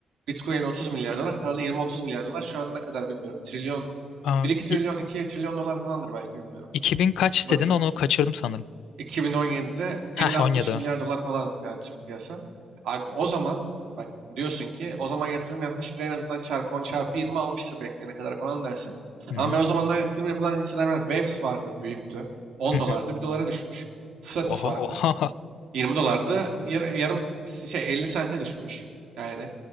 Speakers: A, on the right; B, on the left.
A: Bitcoin 30 milyar dolar. Kalan 20-30 milyar dolar. Şu an ne kadar bilmiyorum. Trilyon
B: Aa,
A: Bir 2 trilyon
B: i-
A: iki trilyon dolar falandır belki bilmiyorum.
B: 2000 kaç
A: Bak
B: dedin onu kaçırdım sanırım.
A: 2017'de 50-60
B: Heh 17.
A: milyar dolar falan yani tüm piyasa. Abi o zaman bak diyorsun ki o zaman yatırım yapmış biri en azından çarpı 10 çarpı 20 almıştır bekleyene kadar falan dersin.
B: Hı hı.
A: Ama ben o zamanlar yatırım yapılan hisseler var. Waves vardı büyüktü. 10
B: Hı hı.
A: dolardı bir dolara düşmüş. Stratis
B: Oha
A: vardı.
B: oha.
A: 20 dolardı. Yar- yarım şey 50 sente düşmüş. Yani